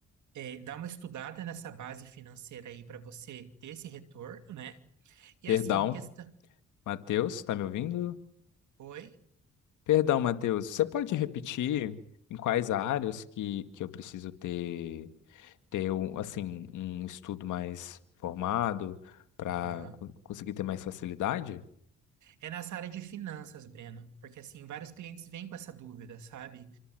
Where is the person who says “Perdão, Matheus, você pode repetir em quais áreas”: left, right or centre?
Left